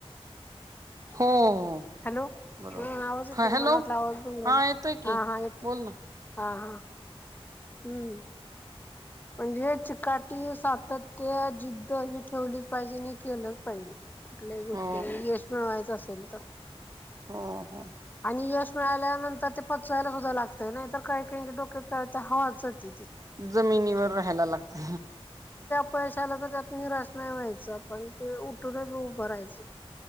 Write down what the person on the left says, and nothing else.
हॅलो
हा आवाज येत नाही का
मला वाटला आवाज बन जाा
हा हा येतो.
हा हा. हम्म. म्हणजे चिकाटी सातत्य त्या जिद्द ही ठेवलीच पाहिजे आणि केलंच पाहिजे कुठल्याही गोष्टी
यश मिळवायचं अस. चल तर
आणि यश मिळाल्यानंतर ते पचवायला सुद्धा लागतय नाही तर काही काही डोकत काय हवा जात
पैशाला तर त्यात निराश नाही व्हायचा पण ते उठूनच उभं राहायचं.